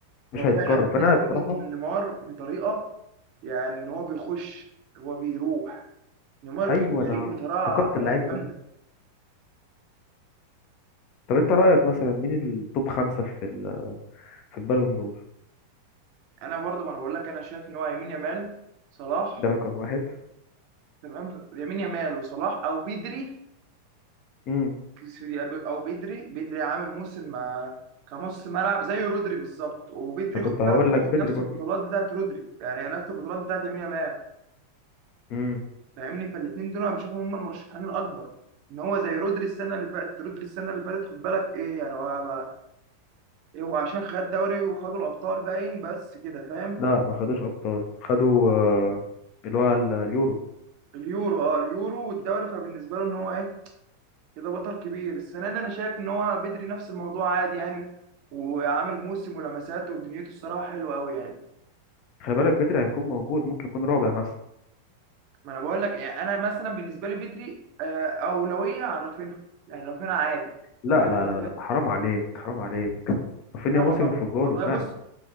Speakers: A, on the left; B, on the right.
A: مش
B: هو
A: هيتكرر
B: فعلا
A: فأنا
B: في
A: بصراحة
B: سنه نيمار بطريقه يعني ان هو بيخش هو بيروح نيمار
A: أيوه
B: كان جريء
A: أنا
B: بطريقه
A: افتقدت اللعيب
B: جامده
A: ده طب أنت رأيك مثلا مين التوب خمسة في ال... في البالون دور
B: انا برضو وانا بقول لك انا شايف ان هو يمين يمال صلاح
A: ده رقم واحد
B: تمام يمين يمال وصلاح او بدري
A: امم
B: كسيدي- او بدري بدري عامل موسم مع كنص ملعب زي رودري بالظبط وبدري
A: أنا
B: خد
A: كنت هقول
B: بالك واخد
A: لك بدري
B: نفس
A: برضه
B: البطولات بتاعت رودري يعني نفس البطولات بتاعت يمين يمال
A: امم
B: فاهمني فالاثنين دول انا بشوفهم هم المرشحين الاكبر ان هو زي رودري السنه اللي فاتت رودري السنه اللي فاتت خد بالك ايه يعني هو ما إيه هو عشان خد دوري وخدوا الابطال باين بس كده فاهم
A: لا ما خدوش أبطال خدوا آه، اللي هو ال- اليورو
B: اليورو اه اليورو والدوري فبالنسبه له ان هو ايه كده بطل كبير السنه دي انا شايف ان هو بدري نفس الموضوع عادي يعني وعامل موسم ولمساته ودنيته الصراحه حلوه قوي يعني
A: خلي بالك بدري هيكون موجود ممكن يكون رابع مثلا
B: ما انا بقول لك يعني انا مثلا بالنسبه لي بدري آه، اولويه عن رافينها يعني رافينها عادي
A: لا
B: انا
A: لا
B: بالنسبه
A: لا لا
B: لي
A: حرام عليك حرام عليك رافينيا
B: لا والله
A: موسم انفجاره
B: والله بص
A: فعلا